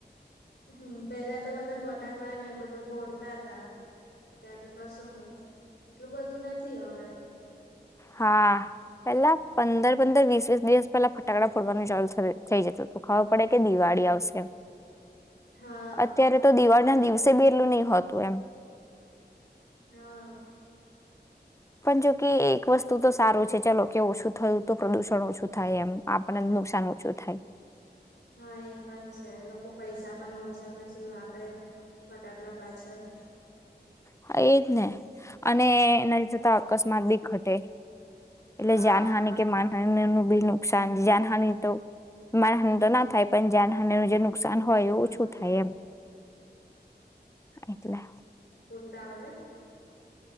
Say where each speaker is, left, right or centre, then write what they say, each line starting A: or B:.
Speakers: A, on the left (about 85°); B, on the left (about 15°).
A: હમ પેલા તો બધા ફટાકડા ને બધું ફોડ. ત અત્યારે તો કશું નહ એટલું બધું. બું નથી હવે.
B: હા પેલા પંદર પંદર વીસ વીસ દિવસ પેલા ફટાકડા ફોડવાનું ચાલસ. થઈ જતો તો ખવાો પડે. કે દિવાળી આવશે.
A: હા
B: અત્યારે તો દિવાળી. ના દિવસે બ એલું નહ હોતું એમ.
A: હા.
B: પણ જોકે એક વસ્તુ તો સારું છે ચલો કેવું શું. થયું તો પ્રદૂષણોછ. થાય એમ આપણને નુકસાન ઓછું થાય.
A: હા એ પણ છે લોકો પૈસા પણ ઓછા પછી વાપરે ફટાકડા પાછળ.
B: હા એજ ને અને એના થતા અકસ્માત બી ઘટે. એટલે
A: હા
B: જાનહાની કે માનહાની નું બી ન. નુકસાન જાનહાની તો માનહાની તો ના થાય પણ જાનહા ન જે. નુકસાન હોય એવુંછું
A: હા
B: થાય એમ એટલે.
A: ત આવડ.